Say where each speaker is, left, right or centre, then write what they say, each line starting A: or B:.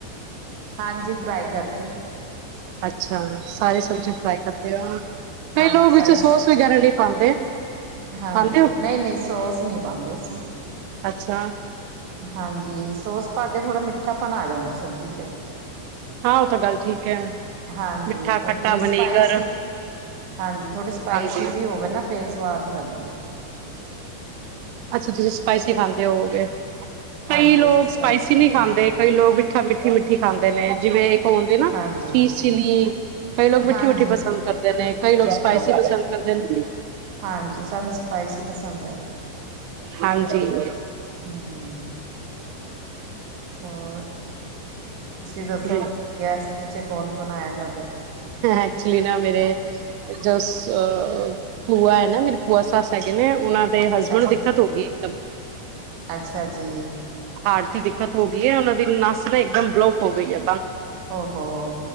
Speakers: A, on the right; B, on the right.
A: ਹਾਂਜੀ ਫਰਾਈ ਕਰਕੇ।
B: ਅੱਛਾ, ਸਾਰੀ ਸਬਜ਼ੀ ਫਰਾਈ ਕਰਦੇ ਰਹਿਣਾ। ਕਈ
A: ਹਾਂਜੀ
B: ਲੋਕ
A: ਸਾਰੇ
B: ਵਿੱਚ ਸੋਸ ਵਗੈਰਾ ਨਹੀਂ ਪਾਉਂਦੇ।
A: ਹਾਂਜੀ
B: ਪਾਉਂਦੇ ਹੋ
A: ਨਹੀਂ-ਨਹੀਂ ਸੋਸ ਨਹੀਂ ਪਾਉਂਦੇ ਅਸੀ।
B: ਅੱਛਾ।
A: ਹਾਂਜੀ, ਸੋਸ ਪਾ ਕੇ ਥੋੜ੍ਹਾ ਮਿੱਠਾ ਪਣ ਆ ਜਾਂਦਾ ਸਬਜ਼ੀ ਚ।
B: ਹਾਂ ਉਹ ਤਾਂ ਗੱਲ ਠੀਕ ਹੈ
A: ਹਾਂਜੀ,
B: ਮਿੱਠਾ
A: ਪਰ
B: ਖੱਟਾ
A: ਥੋੜੀ
B: ਵਨੇਗਰ
A: ਸਪਾਈ ਹਾਂਜੀ, ਥੋੜ੍ਹੀ ਸਪਾਈਸੀ
B: ਹਾਂਜੀ
A: ਹੋਵੇ ਨਾ ਫੇਰ ਸਵਾਦ ਲੱਗਦੀ।
B: ਅੱਛਾ, ਤੁਸੀਂ ਸਪਾਈਸੀ ਖਾਂਦੇ ਹੋਔਗੇ,
A: ਹਾਂਜੀ
B: ਕਈ ਲੋਕ
A: ਅਸੀਂ
B: ਸਪਾਈਸੀ ਨੀਂ ਖਾਂਦੇ।
A: ਹਾਂ।
B: ਕਈ ਲੋਕ ਮਿੱਠਾ ਮਿੱਠੀ-ਮਿੱਠੀ ਖਾਂਦੇ ਨੇ, ਜਿਵੇਂ ਏਕ ਔ ਹੁੰਦੇ ਨਾ
A: ਹਾਂਜੀ
B: ਚੀਸ ਚਿਲੀ। ਕਈ ਲੋਕ ਮਿੱਠੀ-ਮਿੱਠੀ
A: ਹਾਂਜੀ
B: ਪਸੰਦ ਕਰਦੇ ਨੇ। ਕਈ ਲੋਕ
A: ਮਿੱਠੀ
B: ਸਪਾਈਸੀ
A: ਮਿੱਠੀ
B: ਪਸੰਦ ਕਰਦੇ ਨੇ।
A: ਹਾਂਜੀ, ਸਾਨੂੰ ਸਪਾਈਸੀ ਪਸੰਦ ਐ।
B: ਹਾਂਜੀ
A: ਹੁੰ। ਹੋਰ ਤੁਸੀਂ ਦੱਸੋ
B: ਜੀ
A: ਗੈਸਟ 'ਚ ਕੌਨ-ਕੌਨਆਇਆ ਥੋਡੇ?
B: ਐਕਚੁਲੀ ਨਾ ਮੇਰੇ ਜੋ ਅ ਭੂਆ ਹੈ ਨਾ ਮੇਰੇ ਭੂਆ ਸੱਸ ਹੈਗੇ ਨੇ ਉਨਾਂ ਤੇ ਹਸਬੈਂਡ
A: ਅੱਛਾ
B: ਨੂੰ ਦਿੱਕਤ
A: ਜੀ,
B: ਹੋ ਗਏ ਏ, ਇਕਦਮ ਤੇ
A: ਅੱਛਾ ਜੀ।
B: ਹਾਰਟ ਦੀ ਦਿੱਕਤ ਹੋ ਗਈ ਐ, ਔਨਾਂ ਦੀ ਨੱਸ ਤਾਂ ਏਕਦਮ ਬਲੋਕ ਹੋ ਗਈ ਐ।
A: ਔਹੋ!